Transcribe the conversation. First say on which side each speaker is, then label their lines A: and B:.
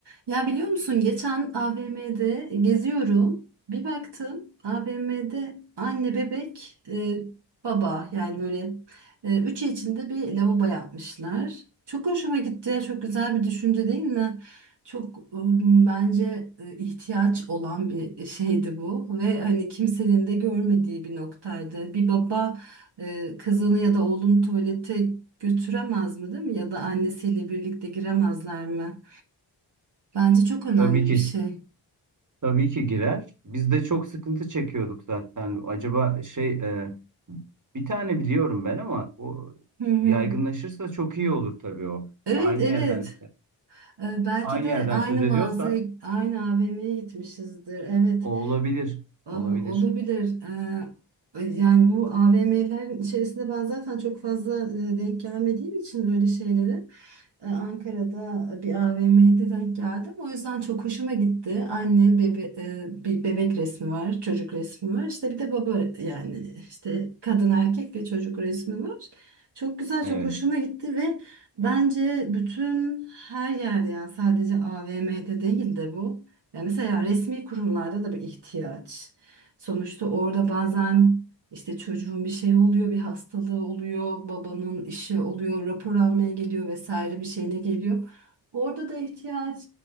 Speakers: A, on the right (about 70°); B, on the right (about 45°).
A: Ya biliyor musun geçen AVM'de geziyorum. Bir baktım AVM'de anne bebek e, baba yani böyle e, üçü içinde bir lavabo yapmışlar. Çok hoşuma gitti ya çok güzel bir düşünce değil mi? Çok e, bence e, ihtiyaç olan bir şeydi bu ve hani kimsenin de görmediği bir noktaydı. Bir baba e, kızını ya da oğlunu tuvalete götüremez mi değil mi? Ya da annesiyle birlikte giremezler mi? Bence çok önemli
B: Tabii ki,
A: bir şey.
B: tabii ki girer. Biz de çok sıkıntı çekiyorduk zaten. Acaba şey, e, bir tane biliyorum ben ama o
A: Hı hı.
B: yaygınlaşırsa çok iyi olur tabii o.
A: Evet,
B: Aynı
A: evet.
B: yerden,
A: Ee, belki
B: aynı
A: de
B: yerden
A: aynı
B: söz
A: mağazaya,
B: ediyorsa
A: aynı AVM'ye gitmişizdir. Evet.
B: o olabilir,
A: Aa,
B: olabilir.
A: Olabilir. Ee, yani bu AVM'lerin içerisinde ben zaten çok fazla e, denk gelmediğim için öyle şeylere e, Ankara'da bir AVM'de denk geldim. O yüzden çok hoşuma gitti. Anne bebe e, bir bebek resmi var, çocuk resmi var. İşte bir de baba yani işte kadın erkek ve çocuk resmi var. Çok güzel,
B: Evet.
A: çok hoşuma gitti ve bence bütün her yerde yani sadece AVM'de değil de bu. Ya mesela resmi kurumlarda da bir ihtiyaç. Sonuçta orada bazen işte çocuğun bir şey oluyor, bir hastalığı oluyor, babanın işi oluyor, rapor almaya geliyor vesaire bir şeyine geliyor. Orada da ihtiyaç